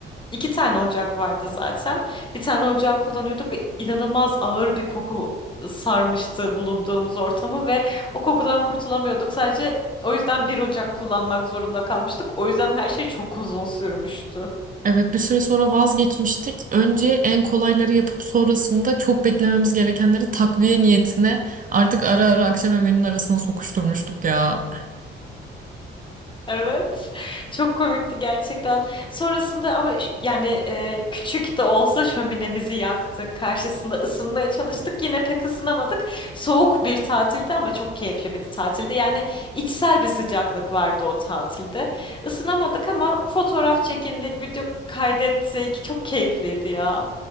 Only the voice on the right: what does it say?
Evet bir süre sonra vazgeçmiştik. Önce en kolayları yapıp sonrasında çok beklememiz gerekenleri takviye niyetine artık ara ara akşam yemeğinin arasına sokuşturmuştuk ya.